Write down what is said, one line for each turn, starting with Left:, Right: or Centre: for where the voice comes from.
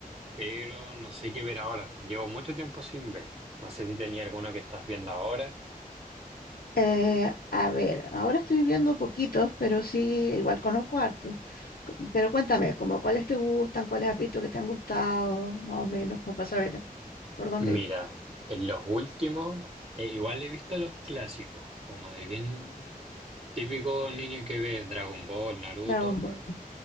Right: pero no sé qué ver ahora. Llevo mucho tiempo sin ver. No sé si tenía alguno que estás viendo ahora.
Left: Eh, a ver, ahora estoy viendo poquitos, pero sí, igual conozco hartos. C- Pero cuéntame, como cuáles te gustan, cuáles has visto que te han gustado, más o menos, como para saber por dónde
Right: Mira,
Left: ir.
Right: en los últimos, eh, igual he visto los clásicos, como de bien típico niño que ve Dragon Ball, Naruto.
Left: Dragon Ball.